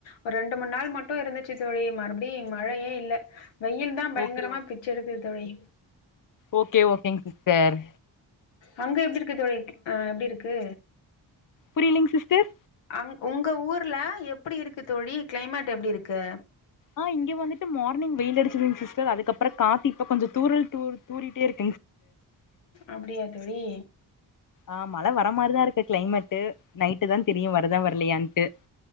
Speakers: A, on the left; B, on the left.
A: ஒ ரெண்டு மூனு நாள் மட்டும் இருந்துச்சு தோழி மறுபடி மழையே இல்ல வெய்யில் தா பயங்கரமா
B: ஓகே ஓ
A: பிச்சி எடுக்குது தோழி
B: ஓகே ஓகேங் சிஸ்டர்
A: அங்க எப்டி இருக்கு தோழி அ எப்டி இருக்கு
B: புரியலைங் சிஸ்டர்
A: அங் உங்க ஊர்ல எப்புடி இருக்கு தோழி க்ளைமேட் எப்டி இருக்கு
B: ஆ இங்க வந்துட்டு மார்னிங் வெயில் அடிச்சிதுங் சிஸ்டர் அதுக்கப்பற காத்து இப்ப கொஞ்ச தூரல் தூர் தூரிட்டேருக்
A: அப்டியா தோழி
B: ஆ, மழ வர மாரிதாருக்கு கிளைமேட்டு நைட்டுதா தெரியு வருதா வரலயான்ட்டு